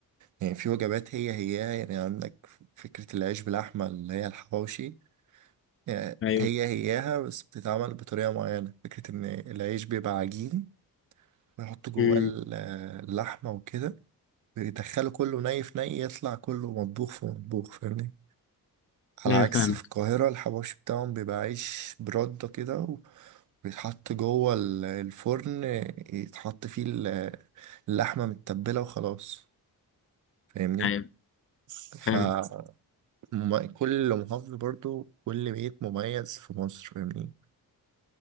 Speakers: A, on the right; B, on the left.
A: يعني في وجبات هي هي يعني عندك فكرة العيش باللحمة اللي هي الحواوشي يعني
B: أيوه
A: هي هياها بس بتتعمل بطريقة معينة فكرة إن العيش بيبقى عجين ويحط جواه
B: مم.
A: ال- اللحمة وكده بيدخله كله ني في ني يطلع كله مطبوخ في مطبوخ فاهمني على
B: أيوه
A: عكس
B: فاهمك
A: في القاهرة الحواوشي بتاعهم بيبقى عيش برده كده وبيتحط جوه ال- الفرن يتحط فيه ال- اللحمة متبلة وخلاص فاهمني
B: أيوه
A: ف-
B: فاهمك
A: مم- كل محافظة برضو كل بيت مميز في مصر فاهمني